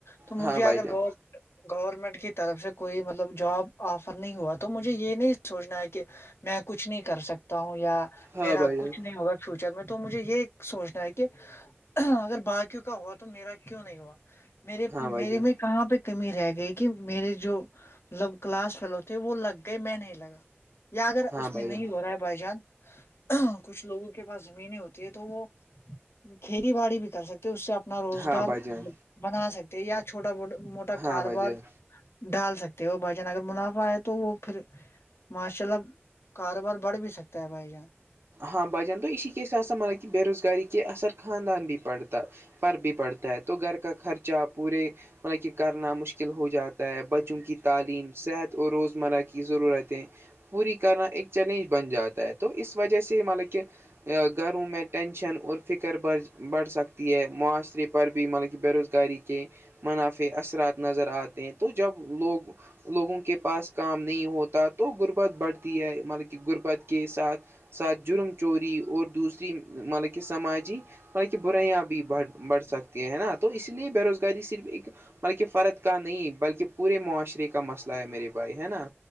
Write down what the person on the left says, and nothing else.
تو مجھے
اگر
بہت گورنمنٹ کی طرف سے کوئی مطلب جاب آفر نہیں ہوا تو مجھے یہ نہیں سوچنا ہے کہ میں کچھ نہیں کر سکتا ہوں یا
میرا
کچھ نہیں ہوگا فیوچر میں تو مجھے یہ سوچنا ہے کہ اگر باقیوں کا ہوا تو میرا کیوں نہیں ہوا میرے
میرے
میں کہاں پہ کمی رہ گئی کہ میرے جو مطلب کلاس فیلو تھے وہ لگ گئے میں نہیں لگا یا اگر
اس
میں نہیں
ہو رہا ہے بائی جان کچھ لوگوں کے پاس زمینیں ہوتی ہیں تو وہ کھیتی باڑی بھی کر سکتے ہو اس سے آپ اپنا روزگار
بنا سکتے ہیں یا چھوٹا موٹا
کاروبار
ڈال سکتے ہیں وہ بھجن اگر منافع ہے تو وہ پھر شلب کاروبار بڑھ بھی سکتا ہے بھائی جان